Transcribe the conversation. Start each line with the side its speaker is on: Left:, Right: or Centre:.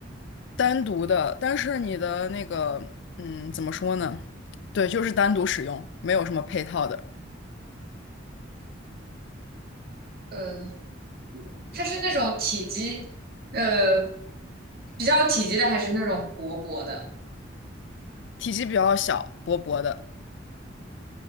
Left: 单独的，但是你的那个，嗯，怎么说呢？对，就是单独使用，没有什么配套的，
Right: 嗯，它是那种体积呃比较体积的，还是那种薄薄的？
Left: 体积比较小，薄薄的。